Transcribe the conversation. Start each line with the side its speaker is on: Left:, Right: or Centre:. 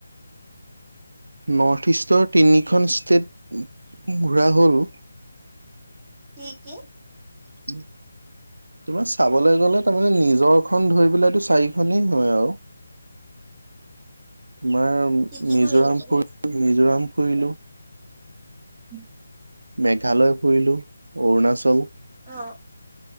Right: নৰ্থ ইষ্টৰ তিনিখন ষ্টেট ঘূৰা হ'ল
Centre: কি কি?
Right: উম তোমাক চাবলৈ গ'লে তাৰমানে নিজৰখন ধৰি পেলাইতো চাৰিখনেই হয় আৰু তোমাৰ
Centre: কি কি
Right: মিজোৰাম
Centre: ঘূৰিলা তুমি
Right: ফুৰি মিজোৰাম ফুৰিলো
Centre: <inaudible>
Right: মেঘালয় ফুৰিলো অৰুণাচল
Centre: অ